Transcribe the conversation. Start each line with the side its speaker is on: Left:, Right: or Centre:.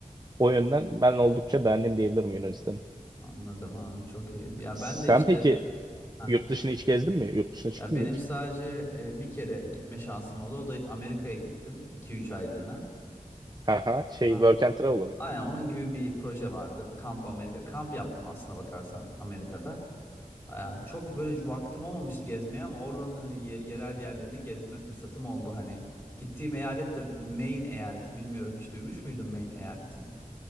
Right: O yönden ben oldukça beğendim diyebilirim Yunanistan'ı.
Left: anladım anladım çok iyi. Ya
Right: Sen
Left: ben de işte
Right: peki
Left: hah.
Right: yurt dışına hiç gezdin mi? Yurt dışına çıktın
Left: ya benim
Right: mı hiç?
Left: sadece e, bir kere gitme şansım oldu. O da Amerika'ya gittim iki üç aylığına.
Right: Haha şey
Left: Ha.
Right: work and travel'a mı?
Left: Aynen onun gibi bir proje vardı. Kamp Amerika. Kamp yaptım aslında bakarsan Amerika'da. Aa, çok böyle vaktim olmamıştı gezmeye ama oradan hani ye- yerel yerlerini gezme fırsatım oldu hani. Gittiğim eyalet de Maine eyaleti bilmiyorum hiç duymuş muydun Maine eyaletini?